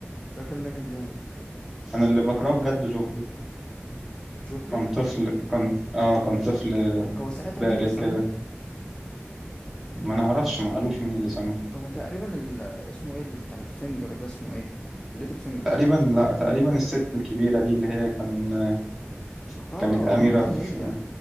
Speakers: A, on the left; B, in the centre.
A: الراجل ده كان جامد
B: أنا اللي بكرهه بجد جوفري
A: جوفري
B: كان طفل كان اه كان طفل
A: هو ساعتها
B: بارز
A: مين اللي سمه
B: كده ما نعرفش ما قالوش مين اللي سمه
A: هو تقريبا ال... اسمه ايه ال- بتاع الفينجر ده اسمه ايه الليتل فينجر
B: تقريبا لا تقريبا الست الكبيرة دي اللي هي كان
A: اه
B: كانت أميرة
A: عامة
B: في
A: هي